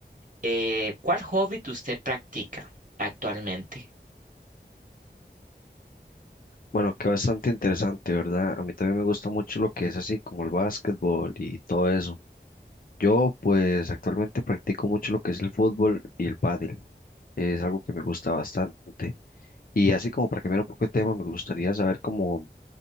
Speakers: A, on the right; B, on the left.
A: eh, ¿cuál hobby que usted practica actualmente?
B: Bueno, que bastante interesante, ¿verdad? A mí también me gusta mucho lo que es así como el básquetbol y todo eso. Yo pues actualmente practico mucho lo que es el fútbol y el pádel. Es algo que me gusta bastante. Y así como para cambiar un poco de tema, me gustaría saber como